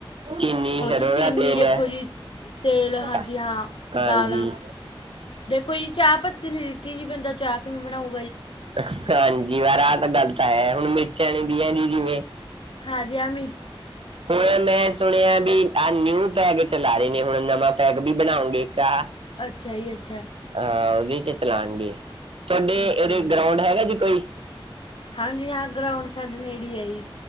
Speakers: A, on the right; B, on the left.
A: ਚੀਨੀ,
B: ਉਹ
A: ਸਰੋਂ
B: 'ਚ ਚੀਨੀ
A: ਦਾ ਤੇਲ
B: ਦੇਖੋ
A: ਹੈ।
B: ਜੀ ਤੇਲ ਹਾਂਜੀ,
A: ਸਾ-
B: ਹਾਂ।
A: ਹਾਂਜੀ
B: ਦਾਲਾਂ ਦੇਖੋ ਜੀ। ਚਾਹ ਪੱਤੀ ਤੇ ਦਿੱਤੀ ਨੀ। ਬੰਦਾ ਚਾਹ ਕਿਵੇਂ ਬਣਾਊ।
A: ਹਾਂਜੀ। <unintelligible> ਵ ਆਹ ਤਾਂ ਗੱਲ ਤਾਂ ਆ ਹੁਣ ਮਿਰਚਾਂ ਨਹੀਂ ਦੀਆਂ ਦੀ ਜਿਵੇਂ।
B: ਹਾਂਜੀ ਆ ਮ
A: ਹੁਣ ਮੈਂ ਸੁਣਿਆ ਵੀ ਆਹ ਨਿਊ ਪੈਗ ਚਲਾ ਰਹੇ ਨੇ ਹੁਣ ਨਵਾਂ ਪੈਗ ਵੀ ਬਣਾਓਗੇ ਇੱਕ ਆ
B: ਅੱਛਾ ਜੀ ਅੱਛਾ।
A: ਹਾਂ ਉਹਦੇ ਚ ਚਲਾਉਣਗੇ ਤੁਹਾਡੇ
B: ਅੱਛਾ
A: ਇਹਦੇ ਗਰਾਉਂਡ ਹੈਗਾ ਜੀ ਕੋਈ
B: ਹਾਂਜੀ ਹਾਂ, ਗਰਾਉਂਡ ਸਾਡੇ ਨੇੜੀ ਏ ਜੀ।